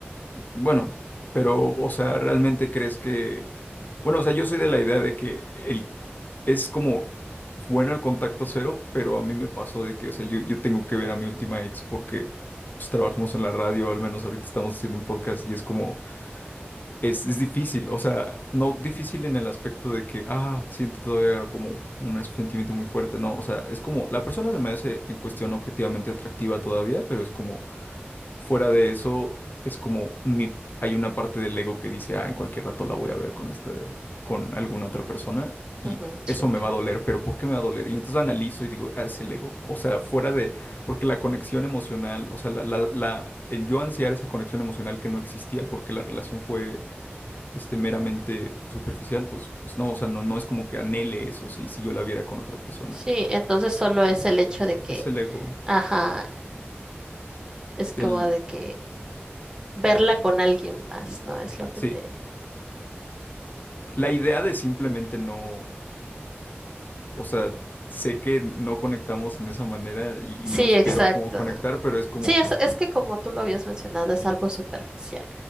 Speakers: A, on the left; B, on the right.
A: bueno, pero, o sea, ¿realmente crees que... Bueno, o sea, yo soy de la idea de que el... es como bueno el contacto cero, pero a mí me pasó de que, o sea, yo, yo tengo que ver a mi última ex porque pues, trabajamos en la radio, al menos ahorita estamos haciendo un podcast y es como, es, es difícil, o sea, no difícil en el aspecto de que, ah, siento todavía como un sentimiento muy fuerte, no, o sea, es como, la persona se me hace en cuestión objetivamente atractiva todavía, pero es como, Fuera de eso, es como mi- hay una parte del ego que dice, ah, en cualquier rato la voy a ver con este, con alguna otra persona y
B: Ujú, sí,
A: eso me
B: claro.
A: va a doler, pero ¿por qué me va a doler? Y entonces analizo y digo, ah, es el ego. O sea, fuera de, porque la conexión emocional, o sea, la, la, la- el yo ansiar esa conexión emocional que no existía porque la relación fue, este, meramente superficial, pues, pues no, o sea, no, no es como que anhele eso, si, si yo la viera con otra persona.
B: Sí, entonces solo es el hecho de que,
A: Es el ego.
B: ajá, es como
A: El,
B: de que verla con alguien más, ¿no? Es lo que
A: sí.
B: te...
A: La idea de simplemente no. o sea, sé que no conectamos en esa manera y,
B: Sí,
A: y no espero
B: exacto.
A: como conectar, pero es como,
B: Sí, es, es que como tú lo habías mencionado, es algo superficial.